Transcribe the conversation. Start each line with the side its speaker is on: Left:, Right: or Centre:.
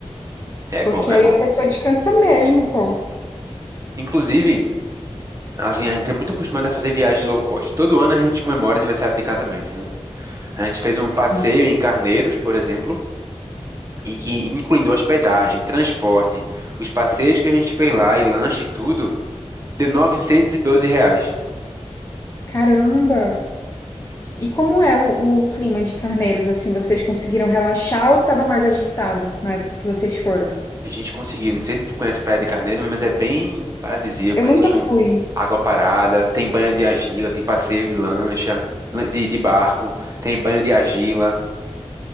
Right: É
Left: Porque
Right: bom, é
Left: aí
Right: bom.
Left: a pessoa descansa mesmo, pô.
Right: Inclusive, assim, a gente é muito acostumado a fazer viagem low cost. Todo ano a gente comemora aniversário de casamento, né? A gente fez um
Left: Sim.
Right: passeio em Carneiros, por exemplo, e que incluindo hospedagem, transporte, os passeios que a gente fez lá e lanche e tudo, deu 912 reais.
Left: Caramba! E como é o, o clima de Carneiros, assim, vocês conseguiram relaxar ou tava mais agitado na época que vocês foram?
Right: A gente conseguiu. Não sei se tu conhece a Praia de Carneiro, mas é bem paradisíaco,
Left: Eu nunca
Right: assim,
Left: fui.
Right: um- água parada, tem banho de argila, tem passeio de lancha, lan- de, de barco, tem banho de argila.